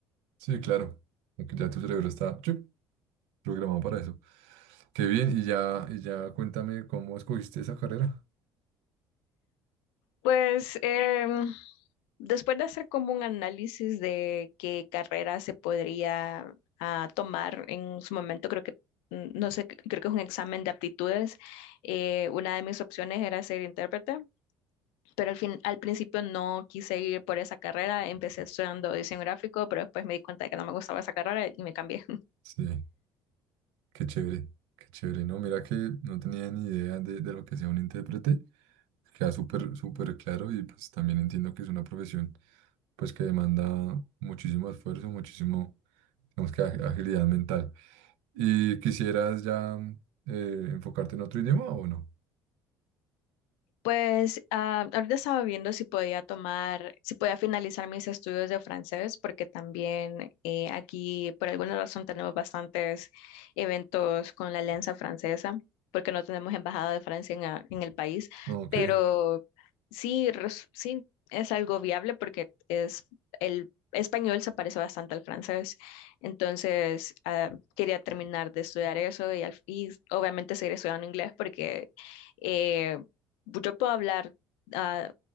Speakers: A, on the right; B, on the left.
A: sí, claro. Aunque ya tu cerebro está... chup, programado para eso. Qué bien, y ya, y ya cuéntame cómo escogiste esa carrera.
B: Pues em, después de hacer como un análisis de qué carrera se podría ah, tomar en su momento, creo que, mm, no sé, creo que es un examen de aptitudes, eh, una de mis opciones era ser intérprete, pero al fin, al principio no quise ir por esa carrera, empecé estudiando diseño gráfico, pero después me di cuenta de que no me gustaba esa carrera y me cambié.
A: Sí, qué chévere, qué chévere. No, mira que no tenía ni idea de, de lo que sea un intérprete. Queda súper, súper claro y pues también entiendo que es una profesión pues que demanda muchísimo esfuerzo, muchísimo, digamos que ag- agilidad mental. ¿Y quisieras ya eh, enfocarte en otro idioma o no?
B: Pues ah, ahorita estaba viendo si podía tomar, si podía finalizar mis estudios de francés, porque también eh, aquí por alguna razón tenemos bastantes eventos con la Alianza Francesa, porque no tenemos embajada de Francia en, a- en el país,
A: Ok,
B: pero sí, res- sí es algo viable porque es el español se parece bastante al francés, entonces ah, quería terminar de estudiar eso y, al- y obviamente seguir estudiando inglés porque... eh, yo puedo hablar ah,